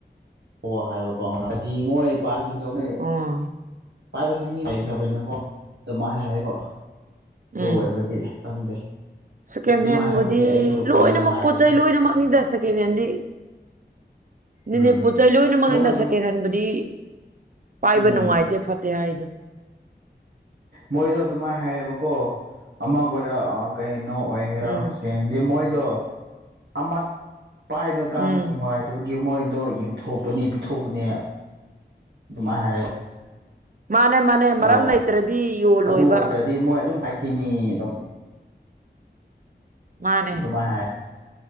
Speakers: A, on the right (about 80°); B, on the right (about 50°).
A: ꯑꯣ ꯍꯥꯏꯕꯣꯀꯣꯗꯤ ꯃꯣꯏ ꯄꯥꯁꯤꯡꯗꯧꯅꯦ
B: ꯎꯝ
A: ꯄꯥꯏꯕꯁꯦ ꯃꯤ ꯂꯩꯈ꯭ꯔꯕꯤꯅꯀꯣ ꯑꯗꯨ ꯃꯥꯥꯏ ꯍꯥꯏꯔꯤꯕ ꯑꯗꯨ
B: ꯎꯝ
A: ꯑꯣꯏꯕꯒꯤ ꯈꯪꯗꯦ
B: ꯁꯦꯀꯦꯟ
A: ꯑꯗꯨꯃꯥꯏꯅ
B: ꯍꯦꯟꯕꯨꯗꯤ
A: ꯍꯥꯏꯔꯛꯄꯒꯤ ꯑꯩꯁꯨ
B: ꯂꯣꯏꯅꯃꯛ
A: ꯀꯩꯅꯣ ꯉꯥꯏꯔꯤꯅꯤ
B: ꯄꯣꯠ ꯆꯩꯩ ꯂꯣꯏꯅꯃꯛꯅꯤꯗ ꯁꯦꯀꯦꯟ ꯍꯦꯟꯗꯤ ꯅꯅꯦ
A: ꯎꯝ
B: ꯄꯣꯠ ꯆꯩ ꯂꯣꯏꯅꯃꯛꯅꯤꯅ
A: ꯃꯣꯏꯗꯣ ꯑꯗꯨꯝ
B: ꯁꯦꯀꯦꯟ ꯍꯦꯟꯕꯨꯗꯤ ꯄꯥꯏꯕ
A: ꯎꯝ
B: ꯅꯨꯡꯉꯥꯏꯇꯦ ꯐꯠꯇꯦ ꯍꯥꯏꯔꯤꯗꯣ
A: ꯃꯣꯏꯗꯣ ꯑꯗꯨꯃꯥꯏꯅ ꯍꯥꯏꯔꯦꯕꯀꯣ ꯑꯃ ꯑꯣꯏꯔꯥ ꯀꯩꯅꯣ ꯑꯣꯏꯒꯦꯔꯥ
B: ꯎꯝ
A: ꯗꯤ ꯃꯣꯏꯗꯣ ꯑꯃ ꯄꯥꯏꯕ ꯀꯥꯟꯗ
B: ꯎꯝ
A: ꯅꯨꯡꯉꯥꯏ ꯑꯗꯨꯒꯤ ꯃꯣꯏꯗꯣ ꯌꯦꯟꯊꯣꯛꯄꯅꯤ ꯄꯤꯊꯣꯛꯄꯅꯦ ꯑꯗꯨꯃꯥꯏꯅ ꯍꯥꯏꯔꯒ
B: ꯃꯥꯅꯦ ꯃꯥꯅꯦ ꯃꯔꯝ
A: ꯑꯗꯣ
B: ꯂꯩꯇ꯭ꯔꯗꯤ ꯌꯣꯜꯂꯣꯏꯕ
A: ꯑꯗꯨ ꯑꯣꯏꯗ꯭ꯔꯗꯤ ꯃꯣꯏ ꯑꯗꯨꯝ ꯄꯥꯏꯈꯤꯅꯤ ꯑꯗꯨꯝꯝ
B: ꯃꯥꯅꯦ
A: <unintelligible>